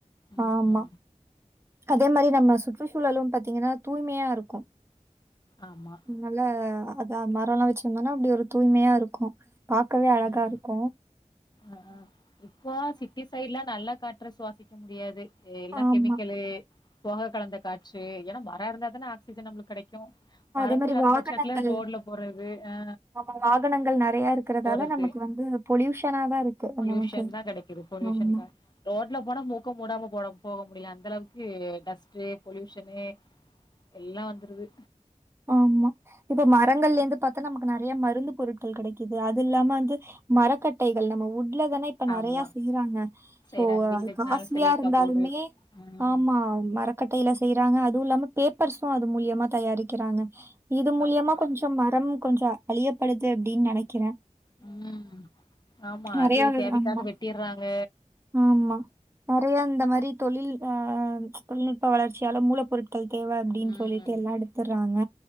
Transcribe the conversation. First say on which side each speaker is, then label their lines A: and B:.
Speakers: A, on the left; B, on the right.
A: ம்
B: ஆமா அதே மாரி நம்ம சுற்றுச்சூழலு பாத்தீங்கனா தூய்மையாருக்கு
A: ஆமா.
B: நல்ல அதா மரோ எல்லா வச்சிருந்தோனா அப்டி ஒரு தூய்மையாருக்கு பாக்கவே அழகா
A: ம்.
B: இருக்கு
A: அ ஆ இப்போ சிட்டி சைட்லா நல்ல காற்ற சுவாசிக்க முடியாத் தே எல்லா
B: ஆமா.
A: கெமிக்கலு பொக கலந்த காற்று ஏனா மர இருந்தா தான ஆக்சிஜன் நம்முளுக் கெடைக் க்கு மரமே
B: அதே மாரி
A: இல்லாத
B: வாகனங்கள்
A: பட்சத்ல ரோட்ல போறது அ
B: ஆமா வாகனங்கள் நெறைய இருக்கிறதால
A: போறக்கு
B: நமக்கு வந்து பொல்யூஷனா தான் இருக்கு
A: பொல்யூஷன்
B: நமக்கு.
A: தா கெடைக்கிது பொல்யூஷன்
B: ஆமா.
A: க ரோட்ல போனா மு க்க போடம போட போக முடியு அந்தளவுக்கு டஸ்டு பொல்யூஷனு எல்லா வந்துருது
B: ஆமா இப்ப மரங்கள்லந்து பாத்தனா நமக்கு நெறைய மருந்து பொருட்கள் கெடைக்கிது அது இல்லாம வந்து மரக்கட்டைகள் நம்ம உ இல்ல தான இப்ப
A: ஆமா.
B: நெறைய செய்யிறாங்க
A: செய்றாங்க.
B: சோ
A: வீடு
B: அது
A: இருக்கனாலும்
B: காஸ்லியா
A: சரி
B: இருந்தாலுமே
A: கபோர்டு. ம்.
B: ஆமா மரக்கட்டையில செய்யிறாங்க அதுவு இல்லாம பேப்பர்ஸு அது மூலியமா தயாரிக்கிறாங்க இது மூலியமா
A: ஆமா.
B: கொஞ்சம் மரம் கொஞ்ச அழியப்படுது அப்டின் நெனைக்கிற
A: ம் ஆமா.
B: நெறைய
A: அது
B: விழுது
A: தேவைக்காக
B: ஆமா
A: வெட்டிர்றாங்க.
B: ஆமா நெறைய இந்த மாரி தொழில் அ தொழில்நுட்ப வளர்ச்சியால மூலப்பொருட்கள் தேவ அப்படின்
A: ம்.
B: சொல்லிட்டு எல்லா எடத்தறாங்க